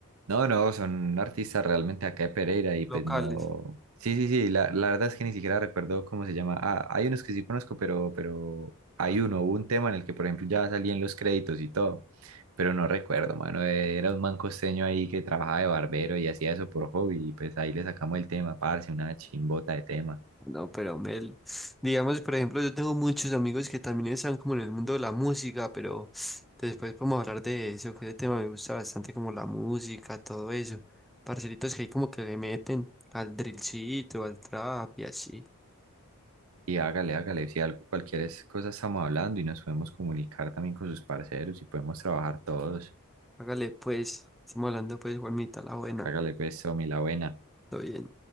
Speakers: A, on the right; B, in the centre.
A: No, no, son artistas realmente acá de Pereira y pues
B: locales.
A: no. Sí, sí, sí, la, la verdad es que ni siquiera recuerdo cómo se llama. Ah, hay unos que sí conozco, pero, pero hay uno, hubo un tema en el que, por ejemplo, ya salían los créditos y todo, pero no recuerdo, mano. Era un man costeño ahí que trabajaba de barbero y hacía eso por hobby y pues ahí le sacamos el tema, parce, una chimbota de tema.
B: No, pero Mel, digamos, por ejemplo, yo tengo muchos amigos que también están como en el mundo de la música, pero después podemos hablar de eso, que ese tema me gusta bastante, como la música, todo eso. Parcelitos que hay como que le meten al drillcito, al trap y así.
A: Y hágale, hágale, si algo, cualquier es- cosa estamos hablando y nos podemos comunicar también con sus parceros y podemos trabajar todos.
B: Hágale pues, estamos hablando pues, Juanita, la buena,
A: Hágale pues, Tommy, la buena.
B: todo bien.